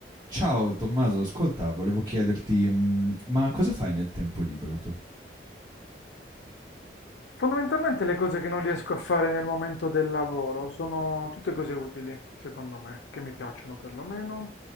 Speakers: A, on the right; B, on the left.
A: Ciao Tommaso, ascolta, volevo chiederti, mm, ma cosa fai nel tempo libero tu?
B: Fondamentalmente le cose che non riesco a fare nel momento del lavoro sono tutte cose utili, secondo me, che mi piacciono perlomeno.